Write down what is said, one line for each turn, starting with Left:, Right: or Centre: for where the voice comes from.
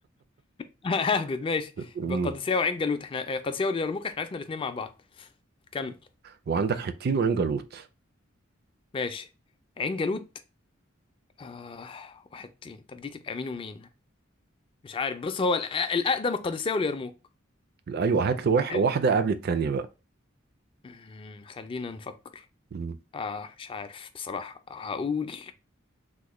Left: <laughs> اهبد ماشي
Right: <laughs> مم.
Left: يبقى قادسية وعين جالوت احنا آه، قادسية واليرموك احنا عرفنا الاثنين مع بعض كمل
Right: وعندك حطين وعنجلوت
Left: ماشي عين جالوت آه... واحد تين طب دي تبقى مين ومين مش عارف بص هو الأ- الاقدم القادسية واليرموك
Right: ايوه هات لي واح-
Left: حلو
Right: واحده قبل التانيه بقى
Left: أمم، خلينا نفكر
Right: مم.
Left: آه مش عارف بصراحة هقول